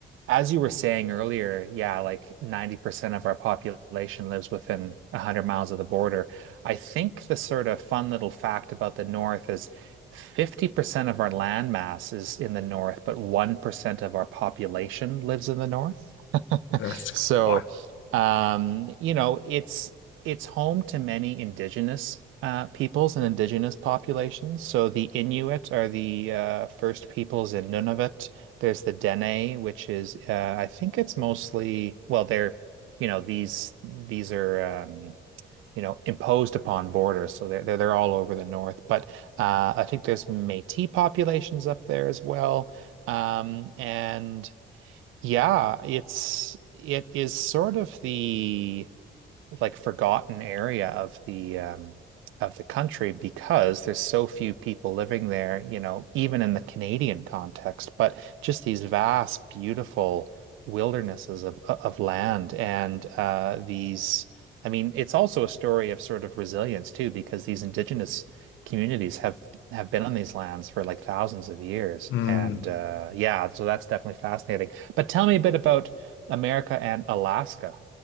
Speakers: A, on the right; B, on the left.
A: as you were saying earlier, yeah, like 90% of our population lives within 100 miles of the border. I think the sort of fun little fact about the North is 50% of our land mass is in the North, but 1% of our population lives in the North.
B: That's
A: So,
B: wild.
A: um, you know, it's it's home to many indigenous uh, peoples and indigenous populations. So the Inuit are the uh, first peoples in Nunavut. There's the Dene, which is uh, I think it's mostly well, they're you know these these are um, you know imposed upon borders, so they're they're, they're all over the north. But uh, I think there's Métis populations up there as well. Um, and yeah, it's it is sort of the like forgotten area of the um of the country because there's so few people living there, you know, even in the Canadian context, but just these vast, beautiful wildernesses of of land and uh these I mean, it's also a story of sort of resilience too, because these indigenous communities have have been on these lands for like thousands of years.
B: Mm.
A: And uh yeah, so that's definitely fascinating. But tell me a bit about America and Alaska.